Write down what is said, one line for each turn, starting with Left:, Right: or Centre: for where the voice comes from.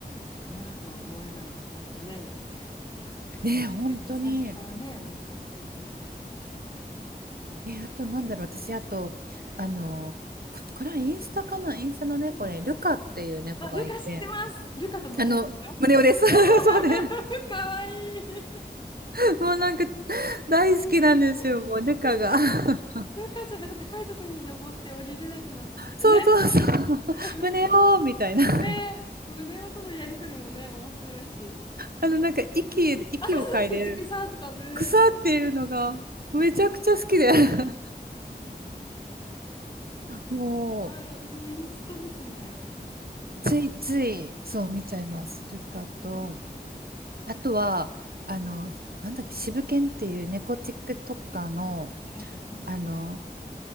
Left: ノラとは思えないとかってね、言って、めっちゃ懐いて最初からね、
Right: ねえ、本当に。
Left: めちゃくちゃ懐いてたし。
Right: え、あとなんだろう、私、あと、あの、こ、これはインスタかなインスタのね、
Left: うん
Right: これ、ルカっていう猫がいて、
Left: あ、ルカ知ってます。ルカと胸をでしょ
Right: あの、胸をです。
Left: <laughs>
Right: <laughs> そうね。
Left: かわいい。かわ
Right: <laughs> もうなんか、大好きなんですよ、
Left: いい、
Right: もう、
Left: かわいい。
Right: ルカが。<laughs>
Left: ルカちゃん、なんか高いとこに登って降りれなくなってね。
Right: そうそうそう。
Left: <laughs>
Right: 胸をみたいな。
Left: ね。胸音とのやりとりもね、面白いし。
Right: あの、なんか、息、息を嗅いでる、
Left: あ、そうそうそう、駆逐さんとかね。
Right: 草っていうのが、めちゃくちゃ好きで。<laughs> もう、
Left: ある、私もインスタですね。ルカとムネ。
Right: ついつい、そう、見ちゃいます、ルカと。
Left: うん。
Right: あとは、あの、なんだっけ、渋犬っていう猫 TikToker
Left: 自分ケア。
Right: の、
Left: あ、わかんない。
Right: あの、